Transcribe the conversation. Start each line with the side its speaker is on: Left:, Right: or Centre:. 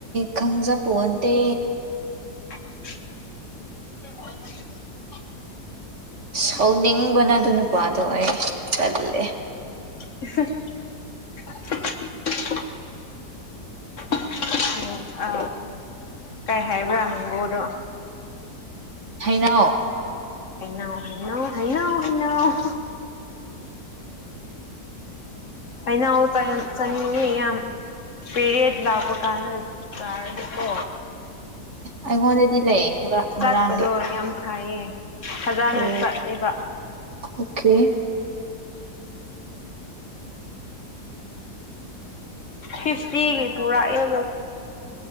Right: ꯈꯪꯖꯄꯣꯟꯇꯦ
Left: <unintelligible>
Right: ꯁꯥꯎꯅꯤꯡꯕꯅ ꯑꯗꯨꯏ ꯅꯨꯄꯥꯥꯗꯣ ꯇꯟꯂꯦ
Left: <unintelligible> ꯑ ꯀꯥꯏ ꯍꯥꯏꯕ꯭ꯔꯥ ꯅꯨꯡꯒꯣꯗꯣ
Right: ꯍꯩꯅꯧ
Left: ꯍꯩꯅꯧ ꯍꯩꯅꯧ ꯍꯩꯅꯧ ꯍꯩꯅꯧ ꯍꯩꯅꯧ ꯆꯥꯅꯤꯡꯏ ꯌꯥꯝ ꯄꯤꯔꯤꯠ ꯂꯥꯛꯄ ꯀꯥꯟꯗ ꯇꯔ ꯑꯗꯨꯀꯣ
Right: ꯑꯩꯉꯣꯟꯗꯗꯤ ꯂꯩꯌꯦ ꯈꯔꯥ ꯉꯔꯥꯡꯒꯤ
Left: ꯆꯠꯄꯗꯣ ꯌꯥꯝ ꯐꯩꯌꯦ ꯐꯖꯅ
Right: ꯑꯣ
Left: ꯆꯠꯂꯤꯕ
Right: ꯑꯣꯀꯦ
Left: ꯍꯤꯁ ꯆꯦꯒꯤ ꯄꯨꯔꯛ ꯑꯦ